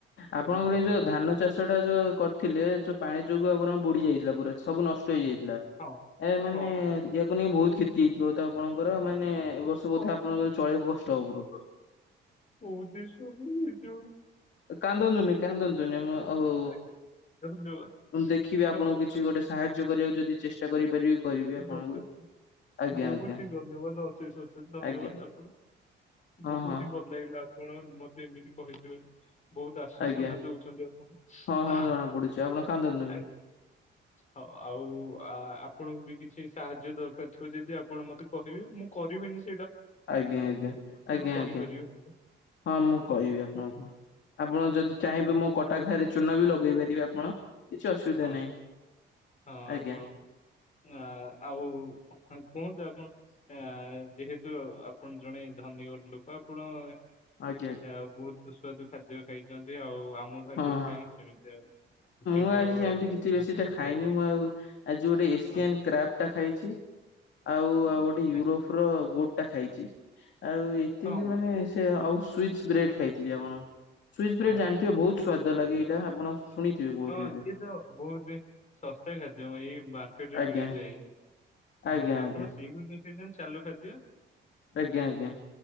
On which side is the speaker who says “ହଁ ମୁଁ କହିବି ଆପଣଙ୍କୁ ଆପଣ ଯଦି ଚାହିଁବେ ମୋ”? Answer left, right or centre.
Left